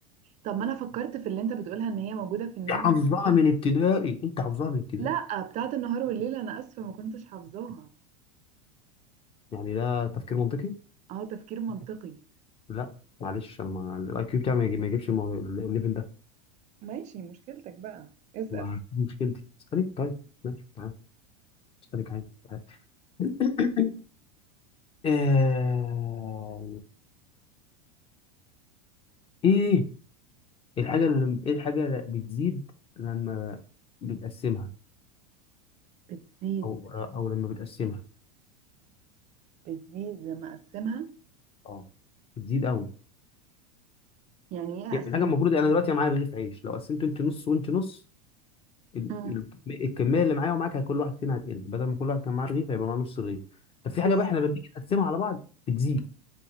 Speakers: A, on the right; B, on the left.
A: طب ما أنا فكرت في اللي أنت بتقولها إن هي موجودة في النون
B: حافظها
A: والليل
B: من ابتدائي انت حافظها من ابتدائي
A: لا بتاعت النهار والليل أنا آسفة ما كنتش حافظاها
B: يعني ده تفكير منطقي
A: أهو تفكير منطقي
B: لا معلش انا ما الاي كيو بتاعي ما يجي- ما يجيبش المو- الليفل ده
A: ماشي مشكلتك بقى اسأل
B: ما دي مشكلتي اسالك طيب ماشي تعال اسالك عادي تعال <coughs> آه، ايه الحاجه اللي ايه الحاجه اللي بتزيد لما بتقسمها
A: بتزيد
B: او او لما بتقسمها
A: بتزيد لما أقسمها
B: اه بتزيد قوي
A: يعني ايه
B: يعني
A: اقسمها
B: حاجه المفروض انا دلوقتي معايا رغيف عيش لو قسمته انت نص وانت نص ال-
A: مم.
B: ال- الكميه اللي معايا ومعاك كل واحد فينا هتقل بدل ما كل واحد كان معاه رغيف هيبقى معاه نص رغيف طب في حاجه
A: الز-
B: بقى احنا لما بنيجي نقسمها على بعض بتزيد